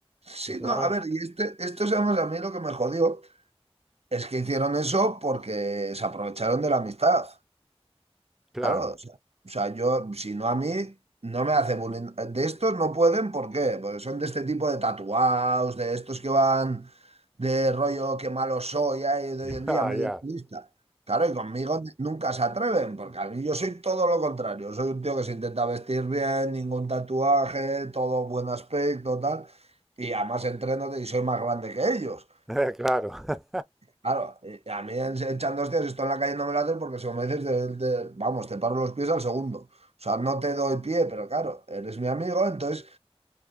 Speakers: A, on the right (about 80°); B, in the centre.
A: Sí,
B: Que te
A: no,
B: lo
A: a
B: hagan-
A: ver, y este, esto, digamos, a mí lo que me jodió es que hicieron eso porque se aprovecharon de la amistad. Claro,
B: Claro,
A: o sea, o sea, yo, si no a mí, no me hace bullying. De estos no pueden, ¿por qué? Porque son de este tipo de tatuados, de estos que van de rollo que malo soy, ay, de
B: <laughs>
A: hoy en día,
B: ah,
A: medio
B: ya,
A: turista. Claro, y conmigo ni- nunca se atreven, porque a mí yo soy todo lo contrario. Soy un tío que se intenta vestir bien, ningún tatuaje, todo buen aspecto, tal. Y además entreno y soy más grande que ellos.
B: <laughs> claro.
A: Claro, eh, a mí en- echando hostias, estoy en la calle no me lates porque si me dices, de- de- vamos, te paro los pies al segundo. O sea, no te doy pie, pero claro, eres mi amigo, entonces